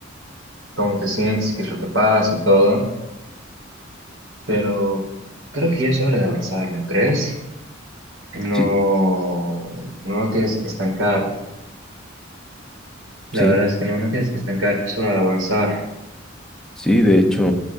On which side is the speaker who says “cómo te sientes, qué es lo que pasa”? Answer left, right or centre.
Right